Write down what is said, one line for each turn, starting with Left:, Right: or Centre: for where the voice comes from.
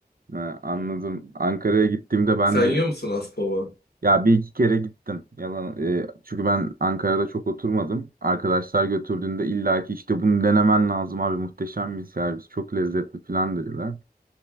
Right: Ha, anladım. Ankara'ya gittiğimde ben
Left: Sen yiyor
Right: de
Left: musun Aspava?
Right: Ya bir iki kere gittim. Yalan, e, çünkü ben Ankara'da çok oturmadım. Arkadaşlar götürdüğünde illaki işte bunu denemen lazım abi muhteşem bir servis çok lezzetli falan dediler.